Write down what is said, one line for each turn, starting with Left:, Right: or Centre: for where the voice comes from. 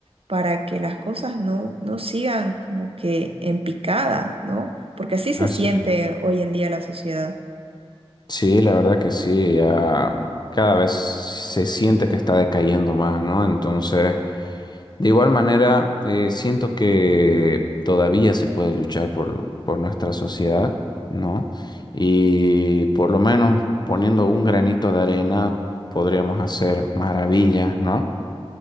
Right: para que las cosas no, no sigan como que en picada, ¿no? Porque así se
Left: Así
Right: siente
Left: es.
Right: hoy en día la sociedad.
Left: Sí, la verdad que sí, ya cada vez se siente que está decayendo más, ¿no? Entonces, de igual manera, eh, siento que todavía se puede luchar por, por nuestra sociedad, ¿no? Y por lo menos poniendo un granito de arena podríamos hacer maravillas, ¿no?